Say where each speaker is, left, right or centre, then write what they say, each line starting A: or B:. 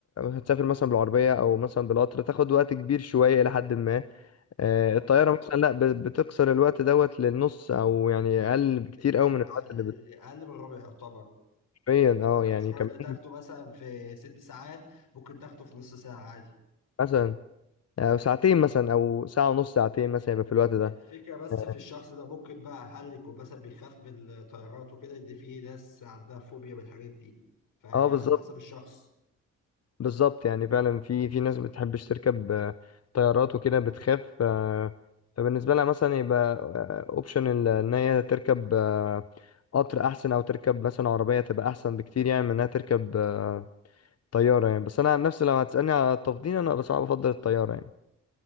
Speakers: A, on the left; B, on the left.
A: هتسافر مثلا بالعربية أو مثلا بالقطر تاخد وقت كبير شوية إلى حد ما آه،
B: اه
A: الطيارة مثلا لأ ب- بتقصر الوقت دوت للنص أو يعني أقل بكتير
B: تقريباً
A: أوي من الوقت
B: اقل
A: اللي
B: أقل من الربع يعتبر
A: بتقريبا اه
B: المشوار
A: يعني كمان
B: اللي تاخده مثلا في ست ساعات ممكن تاخده في نص ساعة عادي
A: مثلا آه، ساعتين مثلا أو ساعة ونص ساعتين مثلا يبقى في الوقت ده
B: الفكرة بس
A: اه
B: في الشخص ده ممكن بقى هل يكون مثلا بيخاف من الطيارات وكده ان في ناس عندها فوبيا من الحاجات دي فهي
A: آه،
B: على
A: بالظبط
B: حسب الشخص
A: بالظبط يعني فعلا في في ناس بتحبش تركب آه، طيارات وكده بتخاف آه، فبالنسبة لها مثلا يبقى اوبشن ان هي تركب آه، قطر احسن او تركب مثلا عربية تبقى احسن بكتير يعني من انها تركب آه، طيارة يعني بس انا عن نفسي لو هتسألني على التفضيل انا بس بفضل الطيارة يعني